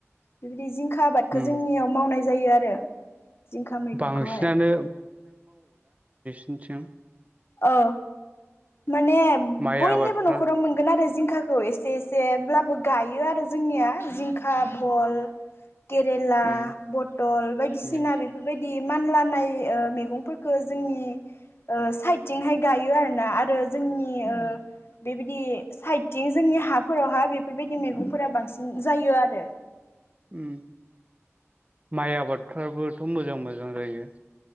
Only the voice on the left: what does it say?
बेबायदि जिंख खा आबादखो
जोंनियाव मावनाय जायो आरो जिंखा मैगंखौहाय
औ माने
बयनिबो
न'खराव मोनगोन आरो ज जिंखाखौ एसे एसेब्लाबो गायो आरो जोंनिया जिंखा भल केरेला
बटल बायदिसिना
बेफोरबायदि मानलानाय ओ मेगंफोरखो जोंनि ओ साइत थिंहाय गायो आरो ना आरो
ओ बेबायदि साइडथिं जोंनि हाफोरावहा बेफोरबायदि मेगंफोरा बांसिन जायो आरो